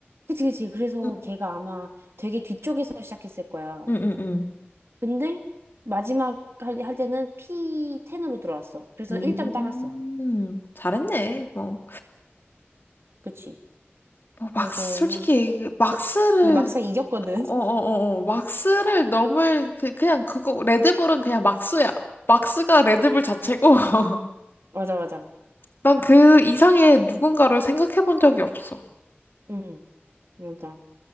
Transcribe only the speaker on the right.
그치, 그치. 그래서
걔가 아마 되게 뒤쪽에서 시작했을 거야.
근데 마지막 할, 할 때는 P10으로 들어왔어. 그래서
1점 따갔어.
그치.
그래서
그냥,
근데 막상 이겼거든. <laughs>
맞아, 맞아.
응, 맞아.